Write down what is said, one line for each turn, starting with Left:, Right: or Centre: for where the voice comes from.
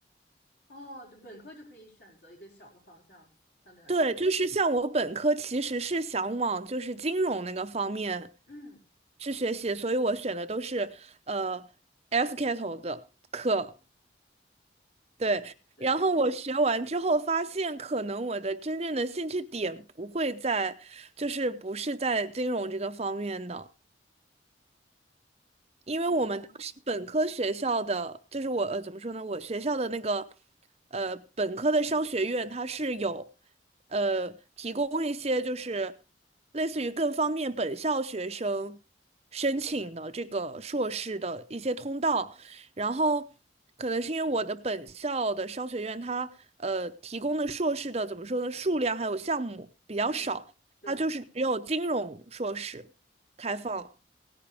Left: 哦，对，本科就可以选择一个小的方向，相对来讲，
Right: 对，就是像我本科其实是想往就是金融那个方面
Left: 嗯，
Right: 去学习，所以我选的都是呃 F 开头的课。对，
Left: 对，
Right: 然后我学完之后发现，可能我的真正的兴趣点不会在，就是不是在金融这个方面的。因为我们当时本科学校的，
Left: 哦，
Right: 就是我呃怎么说呢，我学校的那个呃本科的商学院，它是有呃提供一些就是类似于更方便本校学生申请的这个硕士的一些通道，然后可能是因为我的本校的商学院它呃提供的硕士的怎么说呢，数量还有项目比较少，
Left: 嗯，对
Right: 它就是只有金融硕士开放。